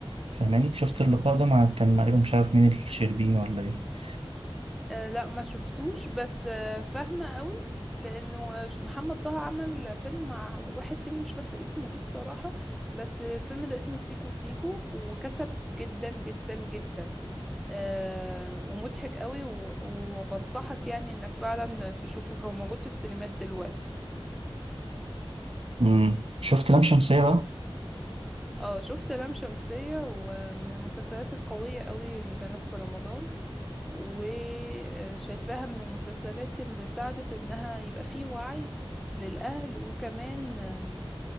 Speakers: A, on the right; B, in the centre.
A: فاهماني شفت اللقاء ده مع كان تقريبا مش عارف مين الشربيني ولا إيه
B: آه لا ما شفتوش بس آه فاهمة قوي لأنه آه، محمد طه عمل فيلم مع واحد تاني مش فاكرة اسمه ايه بصراحة بس الفيلم ده اسمه سيكو سيكو وكسب جدا جدا جدا آه ومضحك قوي و- وبنصحك يعني انك فعلا تشوفه فهو موجود في السينمات دلوقتي
A: مم. شفت لام شمسية بقى
B: اه شفت لام شمسية ومن المسلسلات القوية قوي اللي كانت في رمضان وشايفاها من المسلسلات اللي ساعدت انها يبقى فيه وعي للأهل وكمان آم،